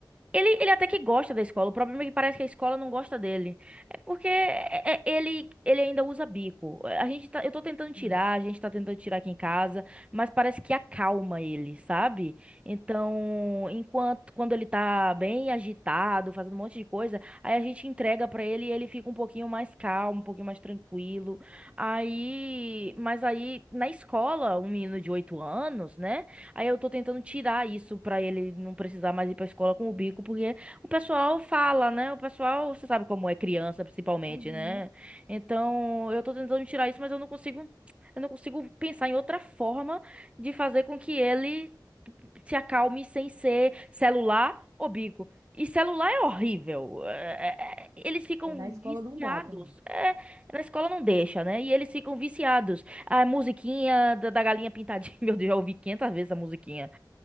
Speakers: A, on the right; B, on the right.
A: Ele, ele até que gosta da escola, o problema é que parece que a escola não gosta dele. É porque é- é- ele, ele ainda usa bico. A gente tá, eu tô tentando tirar,
B: Sim.
A: a gente tá tentando tirar aqui em casa, mas parece que acalma ele, sabe? Então, enquanto quando ele tá bem agitado, fazendo um monte de coisa, aí a gente entrega pra ele e ele fica um pouquinho mais calmo, um pouquinho mais tranquilo. Aí, mas aí na escola, um menino de 8 anos, né? Aí eu tô tentando tirar isso pra ele não precisar mais ir pra escola com o bico, porque o pessoal fala, né? O pessoal, você sabe como é criança, principalmente,
B: Uhum.
A: né? Então, eu tô tentando tirar isso, mas eu não consigo, eu não consigo pensar em outra forma de fazer com que ele se acalme sem ser celular ou bico. E celular é horrível. É, é, é, eles ficam
B: É, na escola
A: viciados.
B: não dá também.
A: É, na escola não deixa, né? E eles ficam viciados. A musiquinha da, da galinha pintadinha. <laughs> Meu Deus, já ouvi 500 vezes a musiquinha.